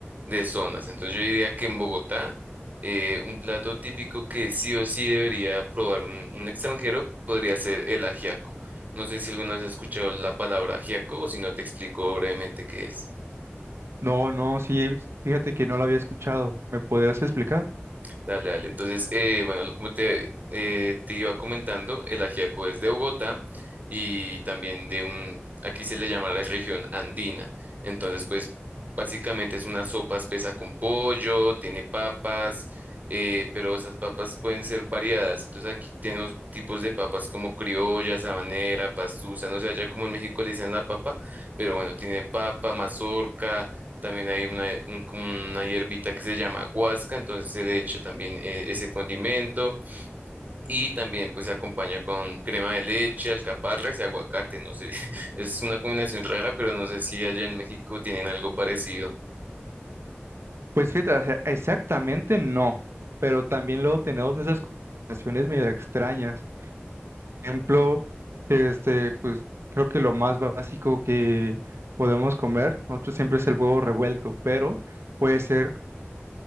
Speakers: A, on the right; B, on the right.
A: de zonas. Entonces yo diría que en Bogotá, eh, un plato típico que sí o sí debería probar un, un extranjero podría ser el ajiaco. No sé si alguna vez has escuchado la palabra ajiaco o si no te explico brevemente qué es.
B: No, no, sí, fíjate que no lo había escuchado. ¿Me podrías explicar?
A: Dale, dale. Entonces, eh, bueno, lo- como te, eh, te iba comentando, el ajiaco es de Bogotá y también de un, aquí se le llama la región andina. Entonces, pues básicamente es una sopa espesa con pollo, tiene papas, eh, pero esas papas pueden ser variadas. Entonces, aquí tenemos tipos de papas como criolla, sabanera, pastusa, no sé, allá como en México le dicen la papa, pero bueno, tiene papa, mazorca. También hay una, un- como una hierbita que se llama guasca, entonces se le echa también eh, ese condimento y también pues se acompaña con crema de leche, alcaparras y aguacate. No sé, <laughs> es una combinación rara, pero no sé si allá en México tienen algo parecido.
B: Pues fíjate, o sea, exactamente no, pero también luego tenemos esas conversaciones medio extrañas. Por ejemplo, este, pues creo que lo más básico que podemos comer, nosotros siempre es el huevo revuelto, pero puede ser